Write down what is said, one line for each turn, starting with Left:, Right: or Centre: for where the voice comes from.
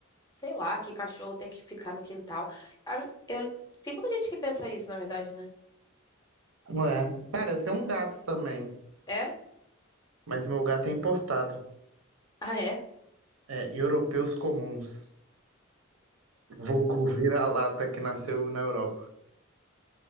Left: sei lá, que cachorro tem que ficar no quintal. Ah, Eu, tem muita gente que pensa isso, na verdade, né?
Right: É. Cara, eu tenho um gato também,
Left: É?
Right: mas meu gato é importado.
Left: Ah, é?
Right: É, europeus comuns. Vulgo vira-lata que nasceu na Europa.